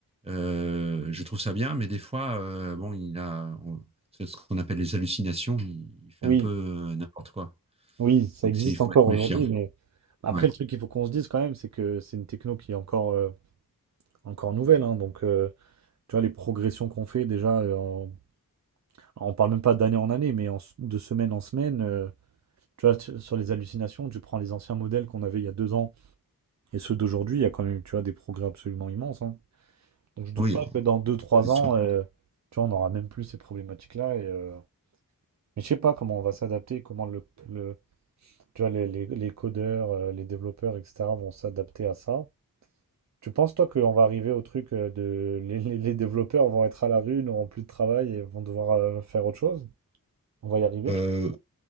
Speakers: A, on the right; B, on the right.
A: Euh, je trouve ça bien, mais des fois, euh, bon, il a, on- c'est ce qu'on appelle les hallucinations. Il, il fait
B: Oui,
A: un peu euh, n'importe quoi.
B: oui, ça
A: Donc,
B: existe
A: c'est- il faut
B: encore
A: être méfiant.
B: aujourd'hui, mais après,
A: Ouais.
B: le truc qu'il faut qu'on se dise quand même, c'est que c'est une techno qui est encore, euh, encore nouvelle, hein, donc, euh, tu vois, les progressions qu'on fait déjà euh, en On parle même pas d'année en année, mais en s- de semaine en semaine. euh, tu vois, tu- sur les hallucinations, tu prends les anciens modèles qu'on avait il y a deux ans et ceux d'aujourd'hui, il y a quand même, tu vois, des progrès absolument immenses. hein. Donc je doute
A: Oui,
B: pas que dans deux, trois
A: c'est sûr.
B: ans, euh, tu vois, on n'aura même plus ces problématiques-là. Et, euh, Mais je sais pas comment on va s'adapter, comment le, le- tu vois, les, les- les codeurs, euh, les développeurs, etc. vont s'adapter à ça. Tu penses, toi, qu'on va arriver au truc euh, de... Les, les- les développeurs vont être à la rue, n'auront plus de travail et vont devoir euh, faire autre chose? On va y arriver,
A: Euh,
B: tu